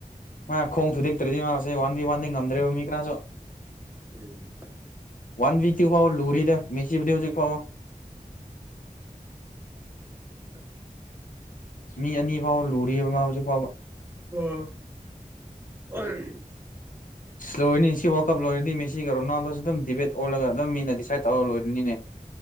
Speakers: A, on the left (about 65°); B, on the right (about 15°).
A: ꯃꯥ ꯈꯣꯡ ꯊꯨꯗꯦꯛꯇ꯭ꯔꯗꯤ ꯃꯥꯁꯦ ꯋꯥꯟꯗꯤ ꯋꯥꯟꯗꯤ ꯉꯝꯗ꯭ꯔꯦꯕ ꯃꯤ ꯀꯅꯥꯁꯨ
B: ꯎꯝ
A: ꯋꯥꯟ ꯕꯤ ꯇꯨꯐꯥꯎ ꯂꯨꯔꯤ ꯇꯣ ꯃꯦꯁꯤꯕꯨꯗꯤ ꯍꯧꯖꯤꯛ ꯐꯥꯎꯕ
B: <inaudible>
A: ꯃꯤ ꯑꯅꯤ ꯐꯥꯎꯕ ꯂꯨꯔꯤꯌꯦꯕ ꯃꯥ ꯍꯧꯖꯤꯛ ꯐꯥꯎꯕ
B: ꯎꯝ ꯑꯥꯝ
A: ꯂꯣꯏꯔꯅꯤ ꯁꯤ ꯋꯥꯔꯜ ꯀꯞ ꯂꯣꯏꯔꯅꯤ ꯃꯁꯤꯒ ꯔꯣꯅꯥꯜꯗꯣꯁꯨ ꯑꯗꯨꯝ ꯗꯤꯕꯦꯠ ꯑꯣꯜꯂꯒ ꯑꯗꯨꯝ ꯃꯤꯅ ꯗꯤꯁꯥꯏꯠ ꯇꯧꯔ ꯂꯣꯏꯔꯅꯤꯅꯦ